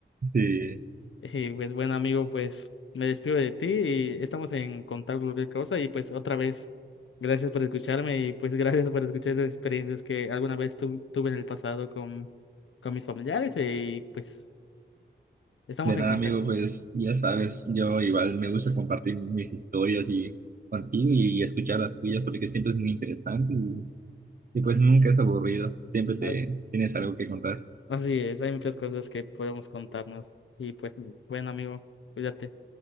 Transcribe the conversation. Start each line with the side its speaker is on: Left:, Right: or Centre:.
Right: Sí.
Left: Y pues bueno, amigo, pues me despido de ti y estamos en contacto cualquier cosa y pues otra vez, gracias por escucharme y pues <laughs> gracias por escuchar esas experiencias que alguna vez tu- tuve en el pasado con, con mis familiares y pues... Estamos
Right: De
Left: en
Right: nada,
Left: contacto.
Right: amigo, pues ya sabes, yo igual me gusta compartir mis historias y contigo y escuchar las tuyas porque siempre es muy interesante y, y pues nunca es aburrido, siempre te
Left: Ah,
Right: tienes algo que contar.
Left: Así es, hay muchas cosas que podemos contarnos. Y pues, buen amigo, cuídate.